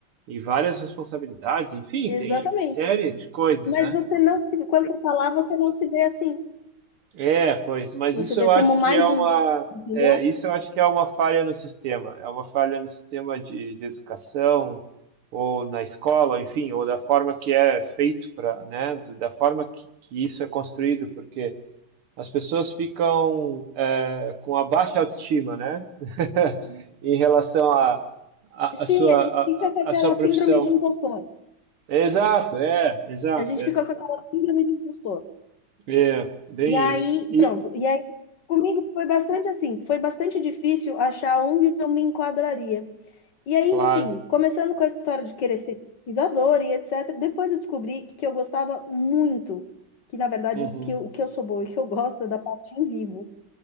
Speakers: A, on the right; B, on the left.
A: e várias responsabilidades, enfim,
B: Exatamente.
A: tem série de coisas,
B: Mas
A: né?
B: você não se, quando você falar, você não se vê assim.
A: É, pois, mas
B: Você
A: isso
B: vê
A: eu acho
B: como
A: que
B: mais
A: é uma,
B: um, entendeu?
A: é, isso eu acho que é uma falha no sistema, é uma falha no sistema de, de educação, ou na escola, enfim, ou da forma que é feito para, né, do- da forma que, que isso é construído, porque as pessoas ficam é, com a baixa autoestima, né, <laughs> em relação à a,
B: Sim,
A: a, sua,
B: a gente
A: a,
B: fica
A: a-
B: com aquela
A: a sua profissão.
B: síndrome de impostor.
A: Exato, é, exato,
B: A gente
A: é,
B: fica com aquela síndrome de impostor.
A: é, bem
B: E aí,
A: isso. E,
B: pronto. E aí, comigo foi bastante assim, foi bastante difícil achar onde eu me enquadraria. E aí,
A: claro,
B: assim, começando com a história de querer ser pesquisadora e etc., depois eu descobri que eu gostava muito, que na verdade
A: uhum.
B: o que eu, o que eu sou boa e que eu gosto é da parte em vivo,